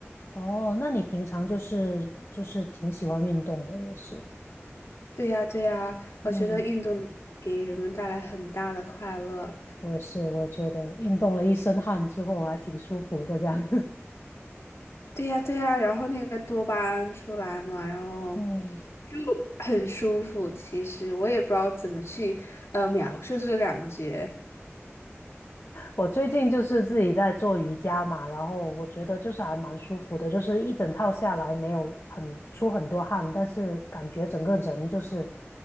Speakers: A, on the left; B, on the left.
A: 哦，那你平常就是就是挺喜欢运动的，也是，
B: 对呀，对呀，我觉得运动能给人们带来很大的快乐。
A: 嗯，我也是，我觉得运动了一身汗之后，我还挺舒服的，这样，
B: 对呀，对呀，然后那个多巴胺出来嘛，然后
A: <laughs> 嗯。
B: 就很舒服。其实我也不知道怎么去呃描述这个感觉。
A: 我最近就是自己在做瑜伽嘛，然后我觉得就是还蛮舒服的，就是一整套下来没有很出很多汗，但是感觉整个人就是